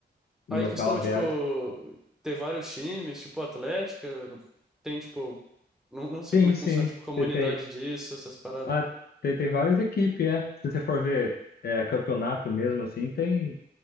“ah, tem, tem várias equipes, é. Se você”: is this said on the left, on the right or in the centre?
Left